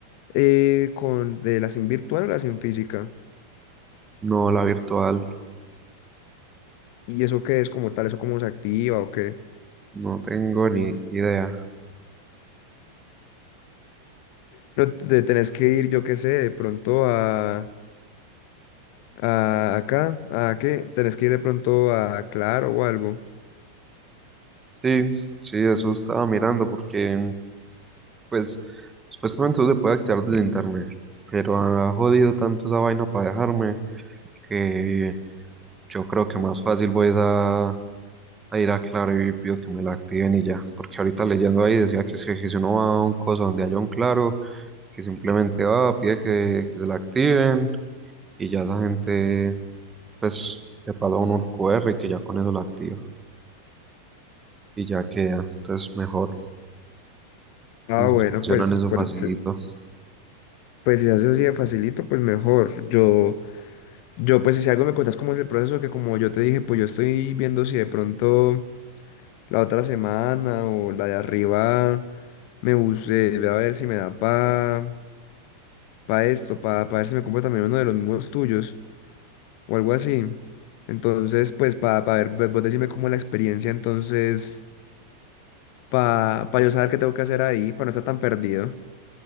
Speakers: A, on the left; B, on the right.
A: eh, con, de la SIM virtual o la SIM física?
B: No, la virtual.
A: ¿Y eso qué es como tal? ¿Eso cómo se activa o qué?
B: No tengo ni idea.
A: pero te tenés que ir, yo qué sé, de pronto a, a acá, ¿a qué? Tenés que ir de pronto a Claro o algo.
B: Sí, sí, eso estaba mirando porque, pues, supuestamente no se puede activar desde internet, pero ha jodido tanto esa vaina para dejarme que yo creo que más fácil voy es a, a ir a Claro y pido que me la activen y ya, porque ahorita leyendo ahí decía que, es que, que si uno va a un coso donde haya un Claro, que simplemente va, pide que, que se la activen y ya esa gente, pues, le pasa a uno el QR y que ya con eso la activa y ya queda, entonces mejor,
A: Ah,
B: se me
A: bueno,
B: solucionan
A: pues,
B: eso
A: por-
B: facilito.
A: se- pues, si haces así de facilito, pues mejor. Yo, yo, pues si si algo me contás cómo es el proceso, que como yo te dije, pues yo estoy viendo si de pronto la otra semana o la de arriba me busé voy a ver si me da pa, pa esto, pa, pa ver si me compro también uno de los mismos tuyos. o algo así. Entonces, pues para ver, ve- vos decime cómo la experiencia, entonces, para yo saber qué tengo que hacer ahí, para no estar tan perdido.